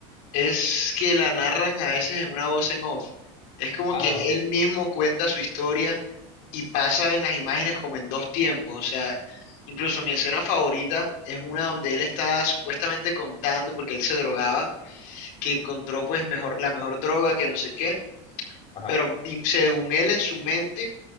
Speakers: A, on the left; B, on the left.
A: es que la narran a veces en una voz en off. Es como
B: Ah,
A: que
B: ok.
A: él mismo cuenta su historia y pasa en las imágenes como en dos tiempos, o sea, incluso mi escena favorita es una donde él está supuestamente contando, porque él se drogaba, que encontró pues mejor, la mejor droga, que no sé qué
B: Ajá.
A: Pero y según él en su mente,